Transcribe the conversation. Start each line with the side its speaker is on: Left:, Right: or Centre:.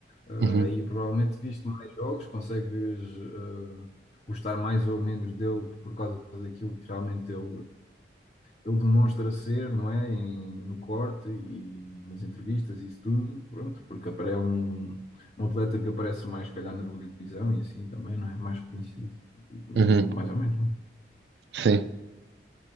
Left: Eh,
Right: Uhum,
Left: aí provavelmente viste mais jogos, consegues eh, gostar mais ou menos dele por causa daquilo que realmente ele ele demonstra ser, não é? Em- no corte e nas entrevistas e isso tudo, pronto, porque apare- é um, um atleta que aparece mais, se calhar, na televisão e assim também, não é? Mais reconhecido, Hum,
Right: uhum,
Left: mais ou menos, não é?
Right: sim.